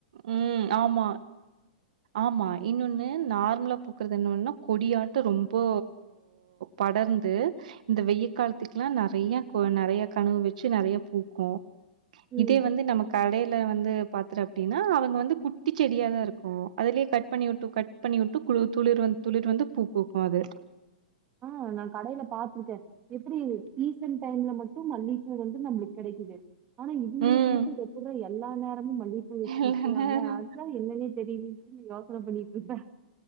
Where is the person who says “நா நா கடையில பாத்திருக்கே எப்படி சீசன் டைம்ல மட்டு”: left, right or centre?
Right